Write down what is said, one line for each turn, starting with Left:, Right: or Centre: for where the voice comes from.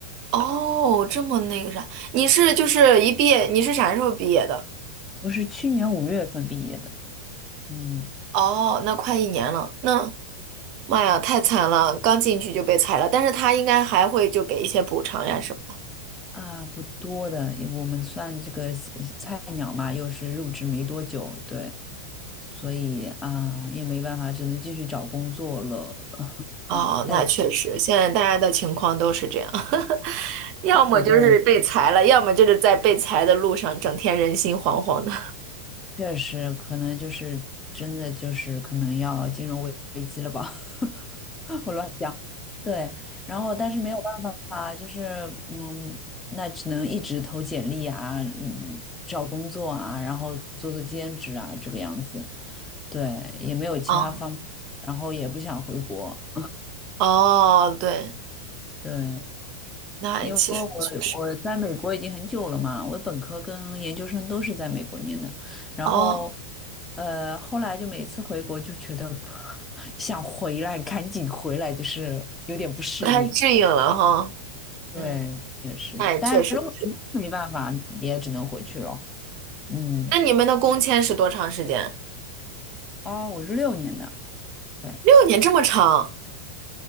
Right: 哦，这么那个啥，你是就是一毕业，你是啥时候毕业的？
Left: <laughs> 我是去年五月份毕业的，嗯
Right: 哦，那快一年了，那妈呀，太惨了，刚进去就被裁了，但是他应该还会就给一些补偿呀什么的。
Left: 啊，不多的，我们算这个呃菜鸟嘛，又是入职没多久，对，所以啊也没办法，只能继续找工作了。<laughs>
Right: 哦，
Left: 但是，
Right: 那确实，现在大家的情况都是这样，<laughs> 要么就是被裁了，
Left: 对对，
Right: 要么就是在被裁的路上，整天人心惶惶的。
Left: 确实，可能就是真的就是可能要金融危危机了吧，<laughs> 我乱讲。对，然后但是没有办法，就是嗯，那只能一直投简历啊，嗯，找工作啊，然后做做兼职啊，这个样子。对，也没有其他方，
Right: 哦，
Left: 然后也不想回国。
Right: 哦，对，
Left: 对，
Right: 那其实确实，
Left: 因为我我在美国已经很久了嘛，我的本科跟研究生都是在美国念的，然后
Right: 哦，
Left: 呃后来就每次回国就觉得 <laughs> 想回来，赶紧回来，就是有点不适应。
Right: 不太适应了哈。
Left: 对，
Right: 嗯，
Left: 也是，
Right: 那也确实是。
Left: 但是如果实在没办法，也只能回去了。嗯，
Right: 那你们的工签是多长时间？
Left: 啊，我是六年的，对，
Right: 六年这么长